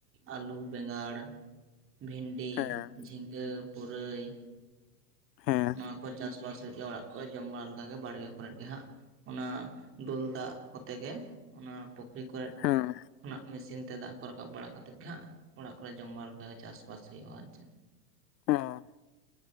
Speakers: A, on the right (about 25°); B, on the left (about 80°).
A: ᱟᱹᱞᱩ ᱵᱮᱸᱜᱟᱲ ᱵᱷᱤᱱᱰᱤ
B: ᱦᱮᱸ
A: ᱡᱷᱤᱸᱜᱟᱹ ᱟᱹ ᱯᱩᱨᱟᱹᱭ
B: ᱦᱮᱸ
A: ᱱᱚᱣᱟ ᱠᱚ ᱪᱟᱥᱵᱟᱥ ᱞᱟᱹᱜᱤᱫ ᱜᱮ ᱚᱲᱟᱜ ᱠᱚ ᱡᱚᱢ ᱵᱟᱲᱟ ᱞᱮᱠᱟᱜᱮ ᱵᱟᱲᱜᱮ ᱠᱚᱨᱮᱫ ᱜᱮ ᱦᱟᱸᱜ ᱚᱱᱟ ᱫᱩᱞ ᱫᱟᱜ ᱠᱚᱛᱮ ᱜᱮ ᱚᱱᱟ ᱯᱩᱠᱷᱨᱤ ᱠᱚᱨᱮ
B: ᱦᱮᱸ
A: ᱠᱷᱚᱱᱟᱜ ᱢᱮᱥᱤᱱ ᱛᱮ ᱫᱟᱜ ᱠᱚ ᱨᱟᱠᱟᱵ ᱵᱟᱲᱟ ᱠᱟ ᱠᱟᱛᱮᱫ ᱜᱮ ᱦᱟᱜ ᱚᱲᱟᱜ ᱠᱚᱨᱮ ᱡᱚᱢ ᱵᱟᱲᱟ ᱞᱮᱠᱟ ᱪᱟᱥᱵᱟᱥ ᱦᱩᱭᱩᱜᱼᱟ ᱟᱨ ᱪᱮᱫ
B: ᱦᱚᱸ